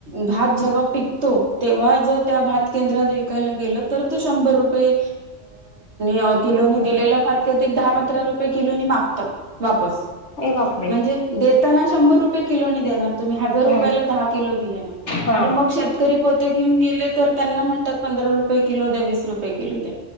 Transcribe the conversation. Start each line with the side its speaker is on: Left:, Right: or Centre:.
Right: भात जेव्हा पिकतो तेव्हा जर त्या भात केंद्रात विकायला गेल तर तो शंभर रुपये ह किलो दिलेला भात काहीतरी दहा पंधरा रुपये किलो मागतात वापस
Left: ए बापरे
Right: म्हणजे देताना शंभर रुपये रुप किलोनी देणार. तुम्ही हजार
Left: हम्म
Right: रुपयाला दहा किलो बियाण
Left: हा
Right: आणि मग शेतकरी पोते घेऊन गेले तर त्यांना म्हणतात पंधरा रुपये. किलो द्या वीस रुपये किलो द्या